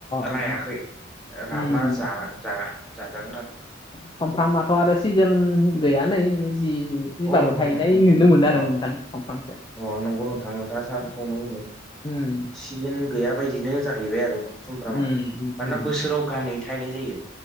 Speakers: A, on the left (about 25°); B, in the centre.
A: अ
B: रायाखै
A: उम
B: राब्ला जा -जा जाजागोन आरो
A: समामफ्रामाथ' आरो सिजोन गैय नै जि
B: अ
A: एबाबो
B: नोंथां
A: थाहैनाय
B: बेबायदिनो
A: नुनो मोनो आरो
B: अ
A: नोंथां दंफांसो
B: अ नंगौ नोंथाङोथा सारखौनो बुंदों
A: उम
B: सिजोन गैया बायदिनो जाहैबाय आरो समफ्रामा
A: उम उम
B: मानोना
A: उम
B: बोसोराव गानै थाहैनाय जायो